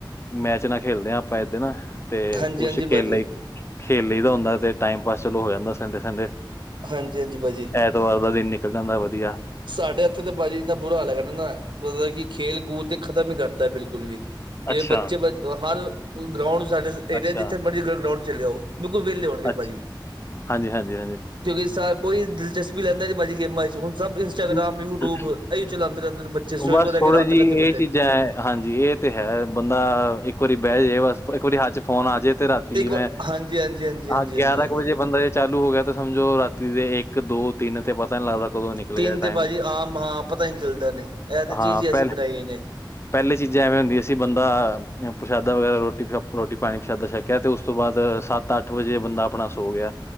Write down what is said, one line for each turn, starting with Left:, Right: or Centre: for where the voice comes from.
Left: ਮੈਚ ਨਾ ਖੇਲਦੇ ਹਾਂ ਆਪਾਂ ਇਸ ਦਿਨ ਤੇ
Right: ਹਾਂਜੀ
Left: ਉਸ
Right: ਹਾਂਜੀ ਭਾਜੀ
Left: ਖੇਲ ਲਈ ਖੇਲ ਲਹੀ ਦਾ ਹੁੰਦਾ ਤੇ ਟਾਈਮ ਪਾਸ ਚਲੋ ਹੋ ਜਾਂਦਾ ਸੰਡੇ- ਸੰਡੇ।
Right: ਹਾਂਜੀ-ਹਾਂਜੀ, ਭਾਜੀ
Left: ਐਤਵਾਰ ਦਾ ਦਿਨ ਨਿਕਲ ਜਾਂਦਾ ਵਧੀਆ।
Right: ਸਾਡੇ ਇੱਥੇ ਤੇ ਭਾਜੀ ਇੰਨਾ ਬੁਰਾ ਹਾਲ ਹੈਗਾ ਨਾ ਮਤਲਬ ਕਿ ਖੇਲ-ਕੂਦ ਤੇ ਖ਼ਤਮ ਹੀ ਕਰਤਾ ਬਿਲਕੁਲ ਵੀ। ਜਿਵੇ
Left: ਅੱਛਾ
Right: ਬੱਚੇ ਹਰ ਗਰਾਉਂਡ ਸਾਡੇ ਏਰੀਆ
Left: ਅੱਛਾ
Right: ਹੈ ਜਿੱਥੇ ਮਰਜ਼ੀ ਗਰਾਉਂਡ ਤੇ ਚਲੇ ਜਾਊ। ਬਿਲਕੁਲ ਵੇਲੇ ਹੋਣਗੇ
Left: ਅੱਛਾ
Right: ਭਾਜੀ,
Left: ਹਾਂਜੀ ਹਾਂਜੀ ਹਾਂਜੀ
Right: ਕਿਉਂਕਿ ਸ ਕੋਈ ਦਿਲਚਸਬੀ ਵੀ ਲੈਂਦਾ ਜ ਭਾਜੀ ਗੇਮਾਂ ਚ ਹੁਣ ਸਭ ਇੰਟਾਗ੍ਰਾਮ,
Left: ਔਰ
Right: ਯੂਟਿਊਬ ਇਹੀ ਚਲਾਉਂਦੇ ਰਹਿੰਦੇ ਬੱਚੇ ਸਵੇਰ
Left: ਬਸ
Right: ਤੋਂ ਲੈ
Left: ਥੋੜ੍ਹੀ
Right: ਕੇ ਰਾਤ ਤੱਕ
Left: ਜਿਹੀ
Right: ਇਹਥੇ ਬੈੇਠੇ
Left: ਇਹ ਚੀਜ਼ਾਂ ਹੈ ਹਾਂਜੀ, ਇਹ ਤੇ ਹੈ ਬੰਦਾ ਇੱਕ ਵਾਰੀ ਬੈ ਜੇ ਬਸ ਇੱਕ ਵਾਰੀ ਹੱਥ ਚ ਫੋਨ ਆ ਜੇ ਤੇ ਰਾਤ ਤੀ
Right: ਇੱਕ
Left: ਇਵੇਂ
Right: ਵਾਰ ਹਾਂਜੀ ਹਾਂਜੀ ਹਾਂਜੀ
Left: ਹਾਂ,
Right: ਹਾਂਜੀ
Left: ਗਿਆਰਾਂ
Right: ਹਾਂਜੀ ਹਾਂਜੀ
Left: ਕੁ ਵਜੇ ਬੰਦਾ ਚਾਲੂ ਹੋ ਗਿਆ ਤਾਂ ਸਮਝੋ ਰਾਤੀ ਦੇ ਇੱਕ, ਦੋ, ਤਿੰਨ ਤੇ ਪਤਾ ਨੀ ਲੱਗਦਾ ਕਦੋਂ ਨਿਕਲ
Right: ਤਿੰਨ
Left: ਗਿਆ ਟਾਈਮ
Right: ਤੇ ਭਾਜ਼ੀ ਆਮ ਹਾਂ, ਪਤਾ ਹੀ ਨੀ ਚੱਲਦਾ ਨੇ ਇਹ ਤਾਂ ਚੀਜ਼
Left: ਹਾਂ
Right: ਹੀ
Left: ਪਹਿਲ
Right: ਅਸੀਂ ਬਣਾਈ ਨੇ।
Left: ਪਹਿਲੇ ਚੀਜ਼ਾਂ ਐਵੇਂ ਹੁੰਦੀਆਂ ਸੀ ਬੰਦਾ ਪ੍ਰਸ਼ਾਦਾ ਵਗੈਰਾ ਰੋਟੀ, ਰੋਟੀ ਪਾਣੀ ਪ੍ਰਸ਼ਾਦਾ ਛਕ ਕਹਿ ਤੇ ਉਸ ਤੋਂ ਬਾਅਦ ਸੱਤ-ਅੱਠ ਵਜੇ ਬੰਦਾ ਆਪਣਾ ਸੋ ਗਿਆ